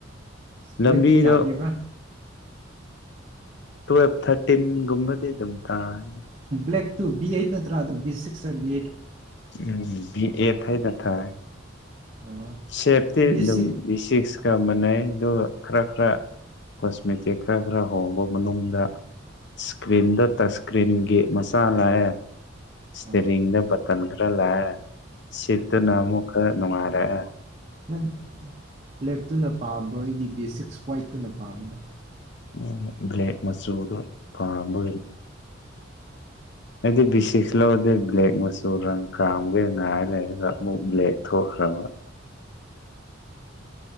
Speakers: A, on the left (about 60°); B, on the right (about 30°).
A: ꯂꯝꯕꯤꯗꯣ
B: ꯕ꯭ꯂꯦꯛꯛꯇꯨ ꯀꯌꯥ ꯄꯤꯕ꯭ꯔꯥ
A: ꯇꯨꯋꯦꯜꯞ ꯊꯥꯔꯇꯤꯟꯒꯨꯝꯕꯗꯤ ꯑꯗꯨꯝ ꯇꯥꯏ
B: ꯭ꯂꯦꯛ ꯇꯨ ꯕꯤ ꯑꯦꯗ ꯅꯠꯇ꯭ꯔꯥ ꯑꯗꯨ ꯛꯁ ꯕꯤ
A: ꯎꯝ ꯑꯦ ꯊꯩꯗ ꯊ
B: ꯑꯣ
A: ꯁꯦꯞꯇꯤ
B: ꯕꯤ
A: ꯑꯗꯨꯝ
B: ꯁꯤꯛꯁ
A: ꯕꯤꯁꯤꯁꯀ ꯁꯥꯟꯅꯩꯗꯨ ꯈꯔ ꯈꯔ ꯀꯣꯁꯃꯦꯇꯤꯛ ꯈꯔ ꯈꯔ ꯍꯣꯡꯕ ꯃꯅꯨꯡꯗ ꯏꯁꯀ꯭ꯔꯤꯟꯗ
B: ꯑꯣ
A: ꯇꯁ ꯏꯁꯀ꯭ꯔꯤꯟꯒꯤ ꯃꯆꯥ ꯂꯥꯛꯑꯦ ꯏꯁꯇꯔꯤꯡꯗ
B: ꯑꯣ
A: ꯕꯇꯟ ꯈꯔ ꯂꯥꯛꯑꯦ ꯁꯤꯠꯇꯨꯅ
B: ꯎꯝ
A: ꯑꯃꯨꯛ ꯈꯔ ꯅꯨꯡꯉꯥꯏꯔꯛꯑꯦ
B: ꯅꯪ ꯕ꯭ꯂꯦꯛꯇꯨꯅ ꯄꯥꯝꯕ꯭ꯔꯣ ꯑꯩꯗꯤ ꯕꯦꯁꯤꯛꯁ ꯋꯥꯋꯥꯏꯠꯇꯨꯅ ꯄꯥꯝꯃꯤꯅ
A: ꯎꯝ꯭ꯂ ꯃꯁꯨꯗ ꯄꯥꯝꯕ ꯑꯩꯗꯤ ꯕꯤꯁꯤꯛꯁ ꯂꯧꯔꯗꯦ ꯕ꯭ꯂꯦꯛ ꯃꯆꯨ ꯔꯪ ꯀꯥꯝꯒꯩ ꯉꯥꯏ ꯂꯩꯔꯒ ꯑꯃꯨꯛ ꯕ꯭ꯂꯦꯛ ꯊꯣꯛꯈ꯭ꯔꯕ